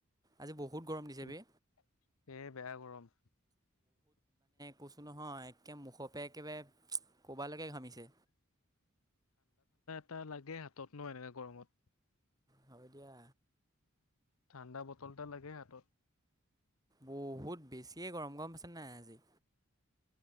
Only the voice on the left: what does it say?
তুম
এ বেয়া গৰম
টা লাগে হাতত ন এনেকা গৰমত
ঠাণ্ডা বটল এটা লাগে হাতত